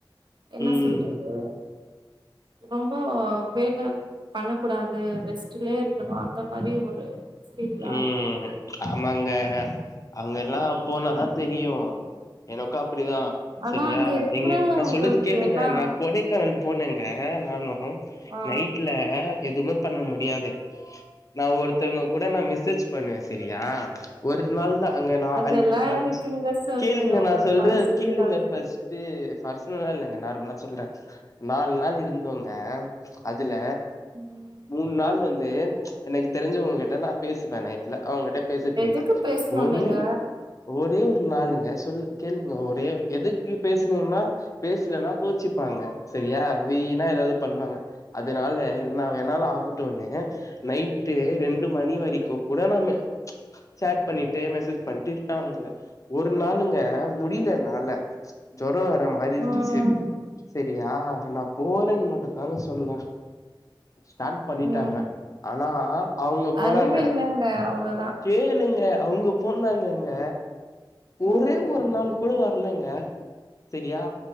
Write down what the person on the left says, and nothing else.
ம்
ம்
ஆமாங்க அவங்க எல்லா போனாதா தெரியு எனக்கு அப்டிதா
சரியா
எங்க நா சொல்லறது கேளுங்க
நா கொடை கானல் போனேங்க நானு
நைட்ல எதுவுமே பண்ண முடியாது நா ஒருத்தங்க கூட நா மெசேஜ் பண்ணுவே செரியா ஒரு நாள் தா அங்க நா
அஞ்ச் அஞ்ச்
கேளுங்க
நா சொல்றத
கேளுங்க
ஃபஸ்டு பர்சனலா இல்லங்க நார்மலா சொல்ற நால் நாள் இருந்தோங்க அதுல
மூண் நாள் வந்து எனக்கு தெரிஞ்சவங்க கிட்ட நா பேசுவே நைட்ல அவங்கிட்ட பேசிட்டு இருந்த
ஒரு
ஒரே ஒரு நாளுங்க சொல்லு கேளுங்க ஒரே எதுக்கு பேசுனேன்னா பேசலன்னா கோச்சிப்பாங்க சரியா வீனா ஏதாவது பண்ணுவாங்க அதனால இன்னா வேணாலு ஆகட்டும்ன்னு நைட்டு ரெண் டு மணி வரைக்கு கூட நா சேட் பண்ணட்டு மெசேஜ் பண்ணிட்டு இருக்காங்க ஒரு நாளுங்க முடியல என்னால ஜோர வற மாரி இருந்துச்சு
சரியா நா போறேன்னு மட்டு தாங்க சொன்ன ஸ்டார்ட் பண்ணிட்டாங்க
ஆனா அவங் போனாங்க
கேளுங்க அவங்க போனாங்கங்க ஒரே
ஒரு நாள் கூட வரலங்க சரியா